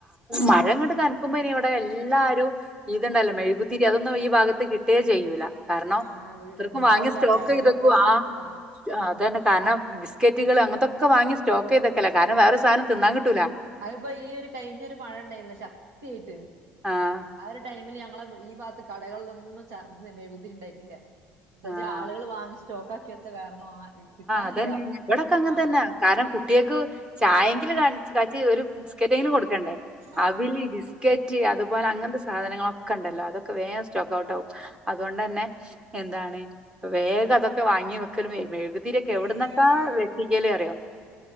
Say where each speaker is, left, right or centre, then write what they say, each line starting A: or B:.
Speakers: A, on the right; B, on the right.
A: മഴ ഇങ്ങോട്ട് കനക്കുമ്പോ ഇനി ഇവിടെ എല്ലാരും ഇതുണ്ടല്ലോ മെഴുകുതിരി അതൊന്നും ഈ ഭാഗത്ത് കിട്ടേ ചെയ്യൂല കാരണം
B: ആഹ്
A: ത്രക്കും
B: ഉണ്ടാവൂല
A: വാങ്ങിയ സ്റ്റോക്ക്
B: കടയിലൊക്കെ
A: ചെയ്തക്കും
B: സ്റ്റോക്ക്
A: ആഹ് അതന്നെ കാരണം ബിസ്ക്കറ്റുകൾ അങ്ങത്തൊക്കെ വാങ്ങി സ്റ്റോക്കതക്കല കാരണം വേറെ ഒരു സധനം തിന്നാൻ കിട്ടൂല്ല
B: അതിപ്പോ ഈ ഒരു കഴിഞ്ഞൊരു മഴ ഇണ്ടായിരുന്നു ശക്തിയായിട്ട്
A: ആഹ്
B: ആഹ് ഒരു ടൈമില് ഞങ്ങളെ ഈ ഭാഗത്ത് കടകളിലൊന്നും ച മെയുകുതിരി ണ്ടായിട്ടില്ല എന്താച്ചാ
A: ആഹ്
B: ആളുകൾ വാങ്ങി സ്റ്റോക്ക് ആക്കി വെച്ച കാരണം ആഹ് കിട്ടാനില്ല
A: അതന്നെ ഇവിടൊക്കെ അങ്ങനെ
B: ആഹ്.
A: തന്നാ. കാരണം കുട്ടിയേക്ക് ചായെങ്കിലും കാണി കാച്ച് ഒരു ബിസ്ക്കറ്റങ്കിലും കൊടുക്കണ്ടേ
B: ആഹ്
A: അവില്, ബിസ്ക്കറ്റ് റ്റ് അതുപോലെ അങ്ങനത്തെ സാധനങ്ങളൊക്കെ ഉണ്ടല്ലോ അതൊക്കെ വേറെ സ്റ്റോക്ക് ഔട്ട് ആകും അതുകൊണ്ടന്നെ എന്താണ് വേഗം അതൊക്കെ വാങ്ങി വെക്കണ് വ മെഴു തിരിയോക്കെ
B: കിട്ടൂല
A: എവിടന്നൊക്കാ
B: കിട്ടില്ല
A: വെറിത്തിക്കല് അറിയോ